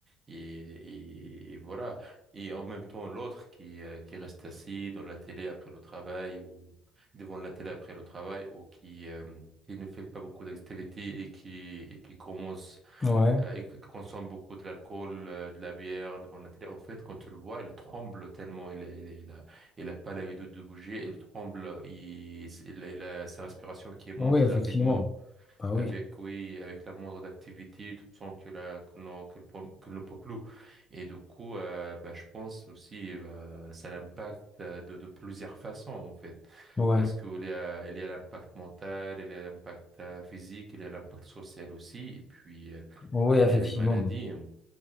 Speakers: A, on the right; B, on the left.
A: Et, et, et voilà. Et en même temps, l'autre qui, euh, qui reste assis dans la télé après le travail ou devant la télé après le travail ou qui, euh, qui ne fait pas beaucoup d'activités et qui, et qui commence
B: ouais.
A: euh, et qui consomme beaucoup de l'alcool, euh, de la bière devant la télé, en fait, quand tu le vois, il tremble tellement, il, est- il, est- il a, il a pas l'habitude de bouger, il tremble, il, il il a sa respiration qui monte
B: Oui, effectivement.
A: rapidement
B: Bah oui.
A: avec oui avec la moindre d'activité tout sens que la que le que le, pom- que le peuple et du coup euh, bah, je pense aussi euh, bah, ça l'impacte euh, de, de plusieurs façons en fait
B: Ouais,
A: parce que il y a il y a l'impact mental il y a l'impact euh, physique il y a l'impact social aussi et puis euh,
B: oui,
A: il
B: effectivement.
A: y a les maladies